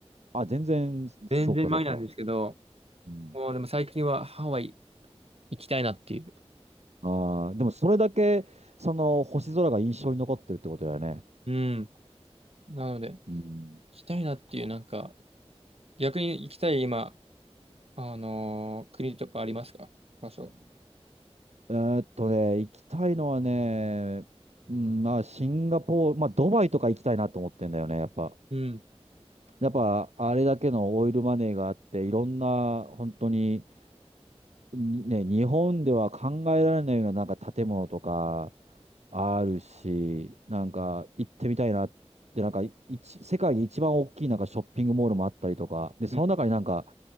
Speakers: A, on the right; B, on the right.
A: あ、全然、
B: 全然前なんですけど、
A: そうかそうか。うん。
B: もうでも最近はハワイ行きたいなっていう。
A: ああ、でもそれだけ、その星空が印象に残ってるってことだよね。
B: うん。なので、行
A: うん。
B: きたいなっていう、なんか、逆に行きたい今、あのー国とかありますか場所。
A: えーっとね、行きたいのはね、うん、まあ、シンガポール、まあ、ドバイとか行きたいなと思ってんだよね、やっぱ。
B: うん。
A: やっぱ、あれだけのオイルマネーがあって、いろんな、本当に、にね、日本では考えられないような、なんか建物とか、あるし、なんか、行ってみたいなって、なんか、一世界で一番大きい、なんか、ショッピングモールもあったりとか、で、その中になんか、
B: うん。